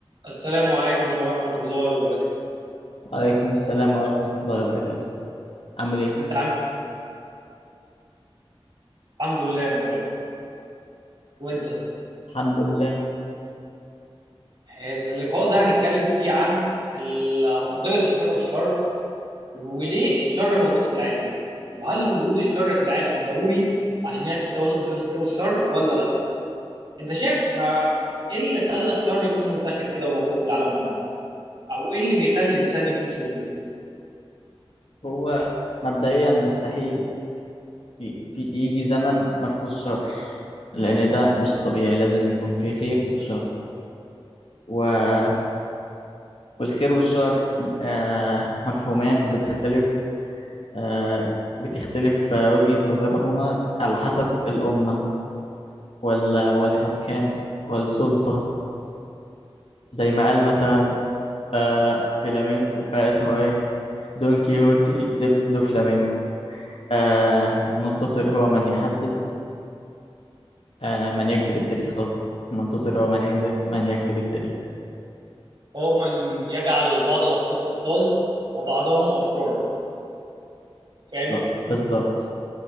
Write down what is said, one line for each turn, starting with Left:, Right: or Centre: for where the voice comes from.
Right: السلام عليكم ورحمة الله وبركاته
Left: عليكم السلام ورحمة الله وبركاته عامل ايه؟
Right: انت عامل إيه؟ الحمد لله انا كويس وانت
Left: الحمد لله
Right: اللقاء ده هنتكلم فيه عن ال- معضلة الخير والشر وليه الشر موجود في العالم وهل وجود الشر في العالم ضروري عشان يحدث توازن بين الخير والشر ولا لا انت شايف آه، ايه اللي خلى الشر يكون منتشر كده وموجود في العالم بتاعنا او ايه اللي بيخلي الانسان يكون شرير
Left: هو مبدئيا مستحيل ي- في يجي زمن ما فيهوش شر لأن ده مش طبيعي لازم يكون فيه خير وشر و... والخير والشر م- آه مفهومان بتختلف آه بتختلف آه، وجهة نظرهما على حسب الأمة وال... والحكام والسلطة زي ما قال مثلا آه فلامينكو آه اسمه ايه؟ دون كيهوتي دف... دو فلامينكو آه المنتصر هو من يحدد آه من يكتب التاريخ قصدي المنتصر هو من يكتب من يكتب التاريخ
Right: هو من يجعل بعض الاشخاص ابطال وبعضهم اشرار فاهم
Left: طب بالظبط